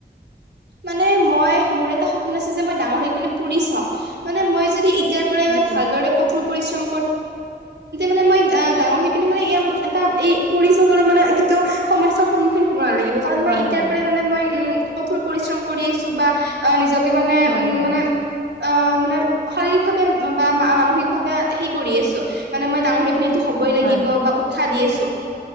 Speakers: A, on the right; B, on the left.
A: মানে মই মোৰ এটা এটা সপোন আছে যে মই ডাঙৰ হৈ পিনে পুলিচ হম মানে মই যদি তেতিয়াৰ পৰাই
B: উম
A: ইমান
B: উম
A: ভালদৰে কঠোৰ পৰিশ্ৰম মানে মই ডাঙৰ হয় মানে এটা এই পৰি চবলৈ মানে কেতিয়াও সমস্যাৰ সন্মুখীন হ'ব নালাগিব কাৰণ মই
B: হয়
A: ইতিয়াৰ
B: হয়
A: পৰাই মানে মই কঠোৰ পৰিশ্ৰম কৰি আিছো বা অ নিজৰ মানে
B: হয়
A: উ
B: হয়
A: মানে অ মানে শাৰীৰিক ভাৱে বা মানসিকভাৱে হে কৰি আছো মানে মই ডাঙৰি পিনে এইটো হবই লাগিব
B: হয়
A: বা উ চ দি আছো